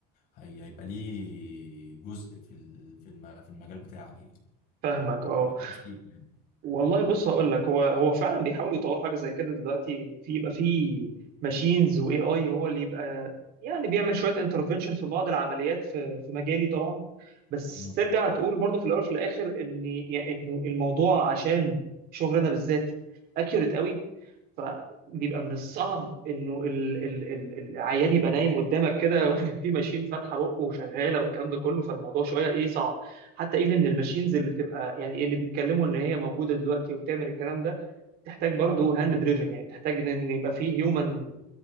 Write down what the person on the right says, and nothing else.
فاهمك اه
والله بص هقول لك هو هو فعلا بيحاولوا يطوروا حاجه زي كده دلوقتي ان في يبقى في ماشينز واي اي هو اللي يبقى يعني بيعمل شويه انترفنشن في بعض العمليات في في مجالي طبعا بس
ترجع تقول برضه في الاول وفي الاخر ان يعني انه الموضوع عشان شغلنا بالذات اكيوريت قوي فبيبقى من الصعب انه ال- ال- ال- العيان يبقى نايم قدامك كده <laughs> في ماشين فاتحه بقه وشغاله والكلام ده كله فالموضوع شويه ايه صعب حتى ايفن الماشينز اللي بتبقى يعني اللي بيتكلموا ان هي موجوده دلوقتي وبتعمل الكلام ده تحتاج برضه هاند دريفن يعني تحتاج ان إن يبقى فيه هيومن